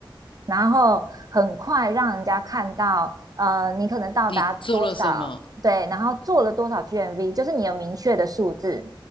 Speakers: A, on the right; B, on the left.
A: 然后很快让人家看到，呃，你可能到达多少，
B: 你做了什么？
A: 对，然后做了多少 GMV，就是你有明确的数字。